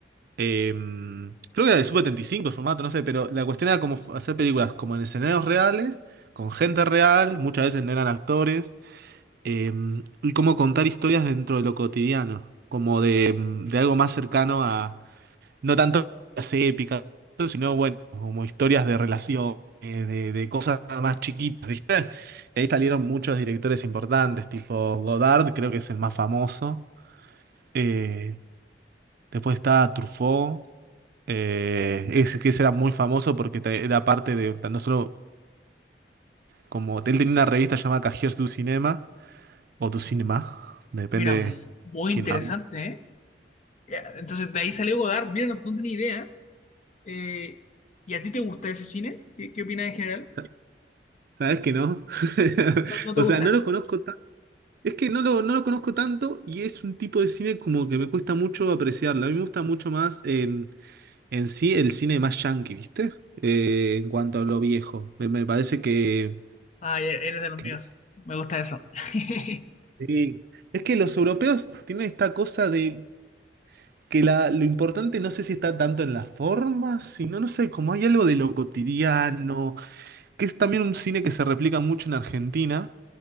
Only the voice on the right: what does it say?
eh, creo que era de Sub-75 el formato, no sé, pero la cuestión era como f- hacer películas como en escenarios reales, con gente real, muchas veces no eran actores eh, y cómo contar historias dentro de lo cotidiano, como de, mm, de algo más cercano a, no tanto las épicas, sino bueno, como historias de relación, eh, de, de cosas más chiquitas, ¿viste? Y ahí salieron muchos directores importantes, tipo Godard, creo que es el más famoso. eh, después está Truffaut, eh, ese que ese era muy famoso porque te- era parte de, no solo como, él tenía una revista llamada Cahiers du Cinema, o du Cinema, depende
quién
hable.
Sa- ¿Sabes que no? <laughs>
O
sea, no lo conozco tan... Es que no lo, no lo conozco tanto y es un tipo de cine como que me cuesta mucho apreciarlo. A mí me gusta mucho más eh, en sí el cine más yankee, ¿viste? Eh, en cuanto a lo viejo. Me, me parece que,
que
sí. Es que los europeos tienen esta cosa de que la, lo importante no sé si está tanto en las formas, sino, no sé, como hay algo de lo cotidiano, que es también un cine que se replica mucho en Argentina